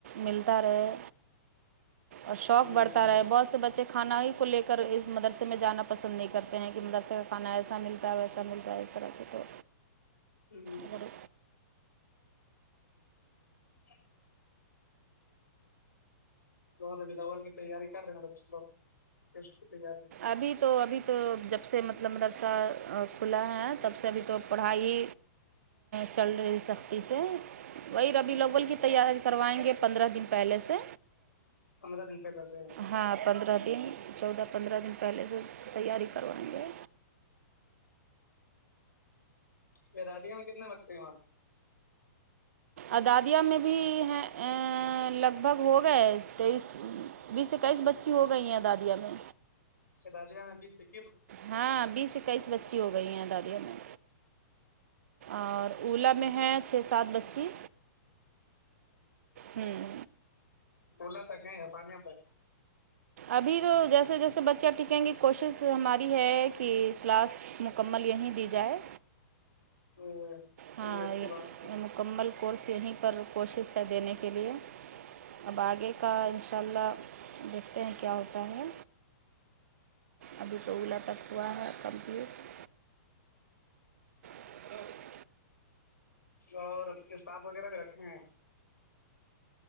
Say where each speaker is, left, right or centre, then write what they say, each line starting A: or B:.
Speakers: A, on the right; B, on the left.
A: ملتا رہے اور شوق بڑھتا
B: جی
A: رہے بہت سے بچے کھانا ہی کو لے کر اس مدرسے میں جانا پسند نہیں کرتے ہیں کہ مدرسے کا کھانا ایسا ملتا ہے ویسا ملتا ہے اس طرح سے تو
B: ہوں
A: اگر
B: ج <unintelligible> نب لوول کی تیاری کر رہے ہیں ب لوگسٹ کی تیاری
A: ابھی تو ابھی تو جب سے مطلب مدرسہ کھلا ہے تب سے ابھی تو پڑھائی چل رہی سختی سے وہی ربی اغول کی تیاری کروائیں گے پندرہ دن پہلے سے
B: پندرہ دن پہلے سے
A: ہاں پندرہ دن چودہ پندرہ دن پہلے سے تیاری کروائیں گے
B: بتا دیے ہمیں کتنے بچے ہیں وہاں
A: ادادیہ میں بھی ہے ا لگ بھگ ہو گئے تیس بیس اکیس بچی ہو گئی ہیں دادیاں میں
B: ااجانس <unintelligible>
A: ہاں بیس اکیس بچی ہو گئی ہیں دادیوں میں اور اولا میں ہے چھ سات بچی ہوں
B: اولا پک ا ہسانیہ تک
A: ابھی تو جیسے جیسے بچے آپ ٹھیکیں گے کوشش ہماری ہے کہ کلاس مکمل یہیں دی جائے
B: ہ چلیے
A: ہاں
B: اچھی بات ہے پھر
A: مکمل کورس یہیں پر کوششیں دینے کے لیے اب آگے کا انشاء اللہ دیکھتے ہیں کیا ہوتا ہے ابھی تو اولا تک ہوا ہے کمپلیٹ ا <unintelligible>
B: اور کتاب وغیرہ بھی رکھے ہیں